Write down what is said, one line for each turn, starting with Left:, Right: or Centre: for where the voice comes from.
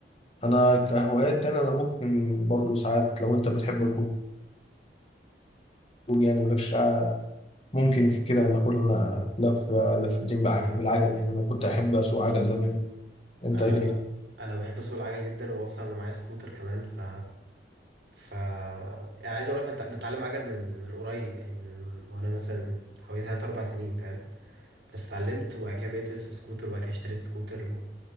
Left: انا كهوايات تاني انا ممكن برضو ساعات لو انت بتحب الخروج يعني مالكش قاعة، ممكن في كده ناخد لنا لفه لفتين بالعجل بالعجل يعني انا كنت احب اسوق عجل زمان انت
Right: انا
Left: ايه
Right: انا بحب اسوق العجل جدا واصلا معايا سكوتر كمان ف ف يعني عايز اقول لك انت بتعلم عجل من من قريب يعني من... وانا مثلا حوالي 3 4 سنين فاهم بس اتعلمت وبعد كده بقيت بس سكوتر وبعد كده اشتريت سكوتر و...